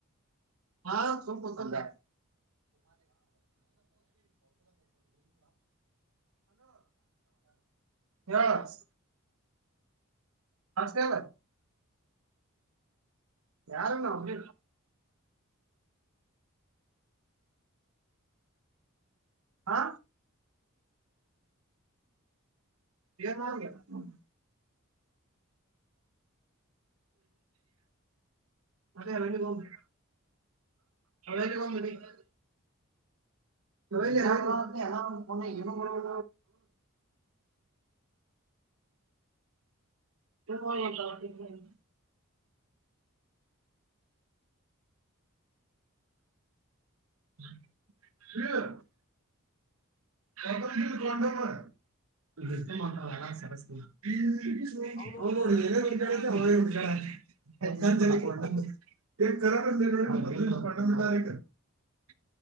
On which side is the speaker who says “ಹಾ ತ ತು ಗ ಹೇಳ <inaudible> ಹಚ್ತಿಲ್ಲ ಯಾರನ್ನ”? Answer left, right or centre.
Right